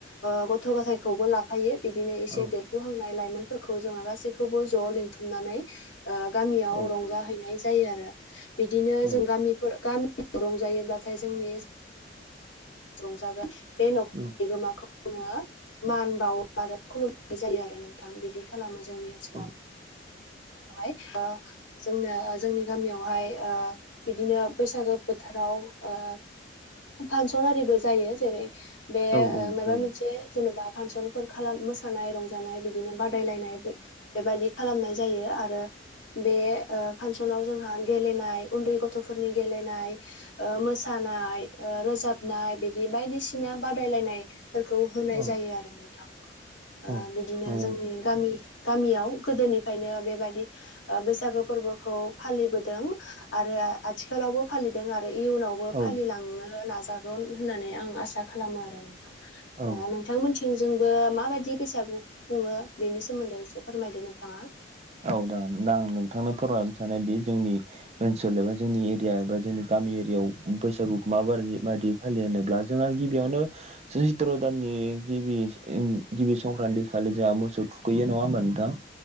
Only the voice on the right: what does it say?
औ
औ
औ
औ
औ
औ औ
जायो
औ
औ औ
नंगौ नोंथां
औ
औ
औ दा नां नोंथांनो फोरमायहरनो सानोदि जोंनि ओनसोल एबा जोंनि एरिया एबा जोंनि गामि एरियायाव बैसागुखौ माबारि बायदि फालियो होनोब्ला जोङा गिबियावनो चैथ्र' दाननि गिबि <inaudible> गिबि संक्रान्ति खालि जोंहा मोसौ थुखैयो नङा होमबा नोंथां?